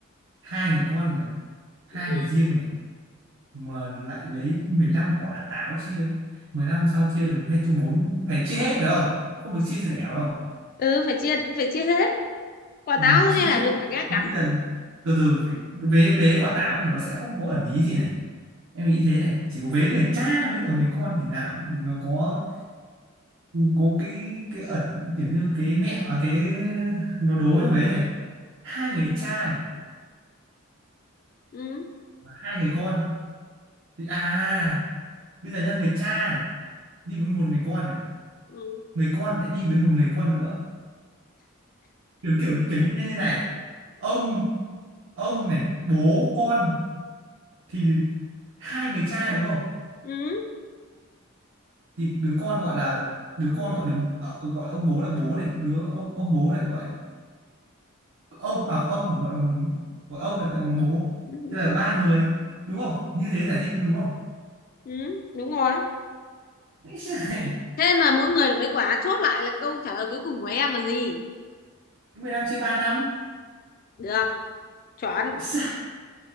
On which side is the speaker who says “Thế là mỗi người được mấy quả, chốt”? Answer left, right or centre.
Left